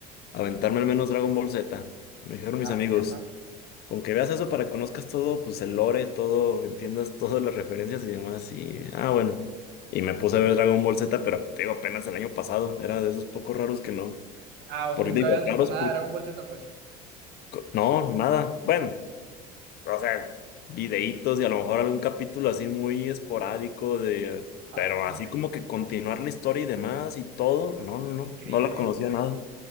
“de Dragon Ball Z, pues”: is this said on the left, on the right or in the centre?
Right